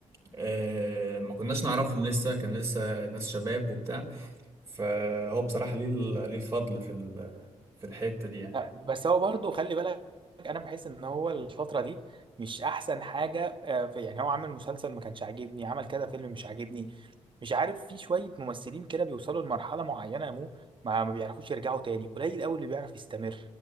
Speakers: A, on the right (about 20°); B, on the right (about 40°).
A: آه، ما كناش نعرفهم لسه كان لسه ناس شباب وبتاع فهو بصراحة ليه ال- ليه الفضل في ال- في الحتة دي يعني
B: لا، بس هو برضه خلي بالك انا بحس ان هو الفتره دي مش احسن حاجه آه، في- يعني هو عمل مسلسل ما كانش عاجبني عمل كذا فيلم مش عاجبني مش عارف في شويه ممثلين كده بيوصلوا لمرحله معينه يا مو ما ما بيعرفوش يرجعوا تاني قليل قوي اللي بيعرف يستمر